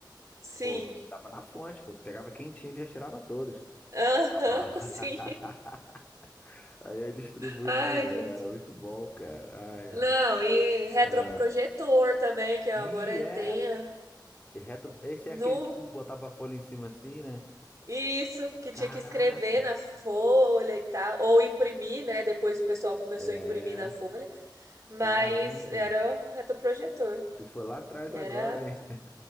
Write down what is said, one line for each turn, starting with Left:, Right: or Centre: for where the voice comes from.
Right: Sim.
Left: Pô, tava na fonte, pô, tu pegava quem tinha e já tirava todos.
Right: Aham,
Left: Ah, <laughs>
Right: <laughs> sim.
Left: Aí é distribuindo
Right: Ai,
Left: pra galera,
Right: gente.
Left: muito bom, cara. Ai,
Right: Não,
Left: ai.
Right: e retroprojetor
Left: Ah,
Right: também, que agora
Left: e é
Right: tem ah,
Left: retro, esse
Right: no
Left: é aquele que botava a folha em cima assim, né?
Right: isso, que
Left: Caraca.
Right: tinha que escrever na folha e tal, ou imprimir, né? Depois o pessoal começou
Left: É,
Right: a imprimir na folha, mas
Left: caramba.
Right: era retroprojetor.
Left: Tu foi lá atrás
Right: Era
Left: agora, hein? <laughs>